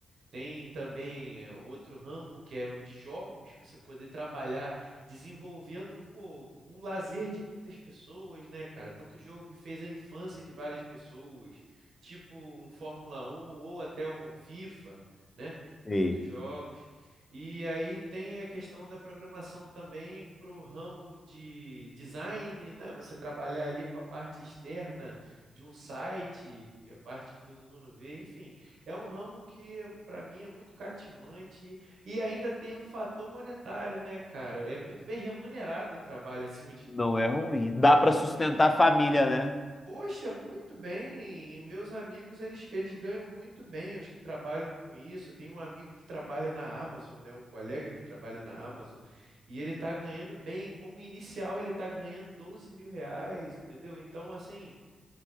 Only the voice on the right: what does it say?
Tem também eh, outro ramo que é o de jogos, você poder trabalhar desenvolvendo, pô, um lazer de muitas pessoas, né, cara? Tanto jogo que fez a infância de várias pessoas, tipo um Fórmula 1 ou até um FIFA, né?
Muitos jogos. E aí tem a questão da programação também para o ramo de design, né? Você trabalhar ali com a parte externa de um site, que é a parte que todo mundo vê, enfim. É um ramo que, para mim, é muito cativante e ainda tem o fator monetário, né, cara? É muito bem remunerado o trabalho, acima de
tudo.
Poxa, muito bem. Meus amigos, eles, eles ganham muito bem, os que trabalham com isso. Tem um amigo que trabalha na Amazon, né? Um colega que trabalha na Amazon, e ele tá ganhando bem. Como inicial, ele tá ganhando 12 mil reais, entendeu? Então, assim,